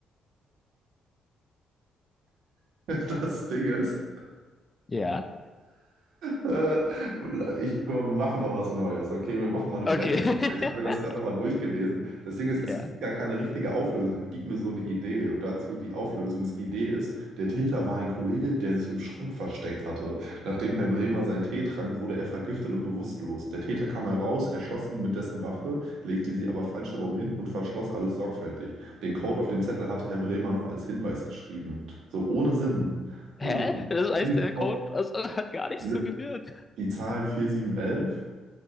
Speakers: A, on the right (about 75°); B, on the left (about 25°).
A: <laughs> das Ding ist,
B: Ja.
A: Äh, ich, guck mal, wir machen mal was Neues, okay? Wir machen mal eine Black
B: Okay.
A: Box, weil Ich habe mir das
B: <laughs>
A: gerade nochmal durchgelesen. Das Ding ist, es
B: Ja.
A: gibt gar keine richtige Auflösung. Er gibt mir so eine Idee und dazu die Auflösungsidee ist, der Täter war ein Kollege, der sich im Schrank versteckt hatte. Nachdem Herr Bremer seinen Tee trank, wurde er vergiftet und bewusstlos. Der Täter kam heraus, erschoss ihn mit dessen Waffe, legte sie aber falsch herum hin und verschloss alles sorgfältig. Den Code auf dem Zettel hatte Herr Bremer noch als Hinweis geschrieben. So ohne Sinn. Ohne
B: Hä?
A: Sinn.
B: Das
A: Das
B: heißt,
A: Ding ist
B: der
A: auch,
B: Code also, hat gar nichts
A: diese,
B: zugeführt.
A: die Zahlen 4 7 11,